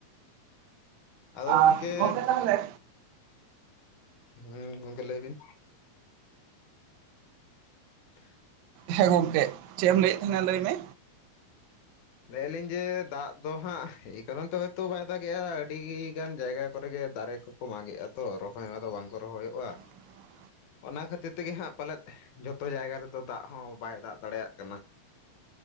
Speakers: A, on the left; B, on the right.
A: ᱟᱫᱚ
B: ᱟᱨ
A: ᱜᱚᱝᱠᱮ
B: ᱜᱚᱢᱠᱮ ᱛᱟᱦᱚᱞᱮ
A: ᱦᱮᱸ ᱜᱚᱝᱠᱮ ᱞᱟᱹᱭ ᱵᱤᱱ <inaudible>
B: ᱦᱮᱸ ᱜᱚᱢᱠᱮ ᱪᱮᱫ ᱮᱢ ᱞᱟᱹᱭᱮᱫ ᱛᱟᱦᱮᱸᱱᱟ ᱞᱟᱹᱭ ᱢᱮ
A: ᱞᱟᱹᱭ ᱞᱤᱧ ᱡᱮ ᱫᱟᱜ ᱫᱚ ᱦᱟᱸᱜ ᱮᱭ ᱠᱟᱨᱚᱱ ᱛᱮ ᱦᱳᱭᱛᱚ ᱵᱟᱭ ᱫᱟᱜᱮᱜᱼᱟ ᱟᱹᱰᱤ ᱜᱟᱱ ᱡᱟᱭᱜᱟ ᱠᱚᱨᱮᱜᱮ ᱫᱟᱨᱮ ᱠᱚ ᱠᱚ ᱢᱟᱜᱮᱜᱼᱟ ᱛᱚ ᱨᱚᱦᱚᱭᱫᱚ ᱵᱟᱝᱠᱚ ᱨᱚᱦᱚᱭᱚᱜᱼᱟ,
B: <inaudible>
A: ᱚᱱᱟ ᱠᱷᱟᱹᱛᱤᱨ ᱛᱮᱜᱮ ᱦᱟᱸᱜ ᱯᱟᱞᱮᱫ ᱡᱚᱛᱚ ᱡᱟᱭᱜᱟ ᱨᱮᱫᱚ ᱫᱟᱜ ᱦᱚᱸ ᱵᱟᱭ ᱫᱟᱜ ᱫᱟᱲᱮᱭᱟᱜ ᱠᱟᱱᱟ᱾